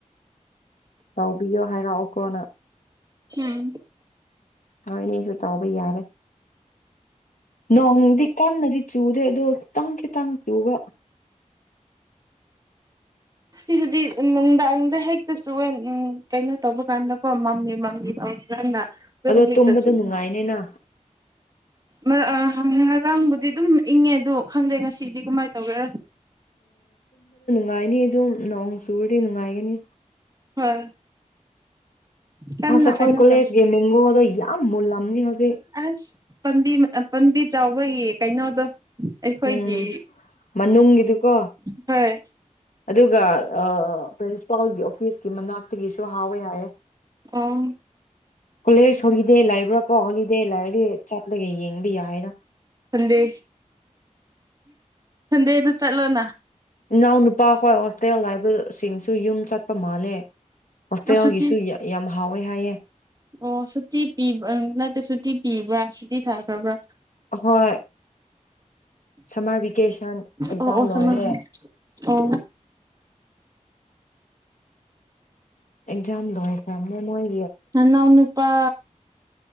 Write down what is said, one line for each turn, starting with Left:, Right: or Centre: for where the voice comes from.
Left: ꯇꯧꯕꯤꯌꯣ ꯍꯥꯏꯔꯛꯑꯣꯀꯣꯅ
Right: ꯍꯝ
Left: ꯍꯥꯏꯅꯦꯁꯨ ꯇꯧꯕ ꯌꯥꯔꯦ ꯅꯣꯡꯗꯤ ꯀꯟꯅꯗꯤ ꯆꯨꯗꯦ ꯑꯗꯣ ꯈꯤꯇꯪ ꯈꯤꯇꯪ ꯆꯨꯕ
Right: ꯁꯤꯗꯨꯗꯤ ꯅꯨꯡꯗꯥꯡꯗ ꯍꯦꯛꯇ ꯆꯨꯑꯦ ꯎꯝ ꯀꯩꯅꯣ ꯇꯧꯕ ꯀꯥꯟꯗꯀꯣ ꯃꯝꯂꯤ ꯃꯝꯂꯤ ꯇꯧꯔꯀꯥꯟꯗ
Left: ꯑꯗꯣ
Right: ꯒꯤ
Left: ꯇꯨꯝꯕꯗ ꯅꯨꯡꯉꯥꯏꯅꯤꯅ
Right: ꯃ <unintelligible> ꯉꯔꯥꯡꯕꯨꯗꯤ ꯑꯗꯨꯝ ꯏꯪꯉꯦ ꯑꯗꯣ ꯈꯪꯗꯦ ꯉꯁꯤꯗꯤ ꯀꯃꯥꯏꯅ ꯇꯧꯒꯦꯔꯥ
Left: ꯀꯥꯏꯅꯤ ꯑꯗꯨꯝ ꯅꯣꯡ ꯇꯨꯔꯗꯤ ꯅꯨꯡꯉꯥꯏꯒꯅꯤ
Right: ꯍꯣꯏ ꯀꯟꯅ
Left: ꯑꯁ ꯑꯩꯈꯣꯏ
Right: ꯀꯩꯅꯣ
Left: ꯀꯣꯂꯦꯖꯀꯤ
Right: ꯇꯧꯕꯅꯤ
Left: ꯃꯤꯡꯒꯣ ꯗꯣ ꯌꯥꯝ ꯃꯨꯜꯂꯝꯅꯤ ꯍꯧꯖꯤꯛ
Right: ꯑꯁ ꯄꯥꯝꯕꯤ ꯄꯥꯝꯕꯤ ꯆꯥꯎꯕꯒꯤ ꯀꯩꯅꯣꯗꯣ ꯑꯩꯈꯣꯏꯒꯤ
Left: ꯎꯝ ꯃꯅꯨꯡꯒꯤꯗꯨꯀꯣ
Right: ꯍꯣꯏ
Left: ꯑꯗꯨꯒ ꯑ ꯄ꯭ꯔꯤꯟꯁꯤꯄꯥꯜꯒꯤ ꯑꯣꯐꯤꯁꯀꯤ ꯃꯅꯥꯛꯇꯒꯤꯁꯨ ꯍꯥꯎꯋꯦ ꯍꯥꯏꯌꯦ
Right: ꯑꯣ
Left: ꯀꯂꯦꯁꯗ ꯍꯧꯔꯤ ꯗꯦ ꯂꯥꯏꯕ꯭ꯔꯥ ꯀꯣꯍꯣꯂꯤꯗꯦ ꯂꯥꯩꯔꯗꯤ ꯆꯠ ꯂꯩꯒ ꯌꯦꯡꯕ ꯌꯥꯏꯗ
Right: ꯍꯟꯗꯦ ꯁꯟꯗꯦ ꯑꯗꯨ ꯆꯠꯂꯣꯅꯥ
Left: ꯏꯅꯥꯎ ꯅꯨꯄꯥꯈꯣꯏ ꯍꯣꯁꯇꯦꯜ ꯍꯥꯏꯕ ꯁꯤꯡꯁꯨ ꯌꯨꯝ ꯆꯠꯄ ꯃꯥꯜꯂꯦ ꯍꯣꯁꯇꯦꯜꯒꯤꯁꯨꯨ
Right: ꯁꯨꯇꯤ
Left: ꯌꯥꯝ ꯍꯥꯎꯋꯦ ꯍꯥꯏꯑꯦ
Right: ꯑꯣ ꯁꯨꯇꯤ ꯄꯤꯕ ꯅꯠꯇꯦ ꯁꯨꯇꯤ ꯄꯤꯕ꯭ꯔꯥ ꯁꯨꯇꯤ ꯊꯥꯈ꯭ꯔꯕ꯭ꯔꯥ
Left: ꯑꯍꯣꯏ ꯁꯝꯃꯔ ꯚꯦꯀꯦꯁꯟ ꯑꯦꯛꯖꯥꯝ
Right: ꯑꯣ ꯑꯣ
Left: ꯂꯣꯏꯔꯦ
Right: ꯁꯝꯃꯔ ꯑꯣ
Left: ꯑꯦꯛꯖꯥꯝ ꯂꯣꯢꯈ꯭ꯔꯝꯅꯦ ꯃꯣꯏ
Right: ꯅꯅꯥꯎ ꯅꯨꯞ ꯄꯥ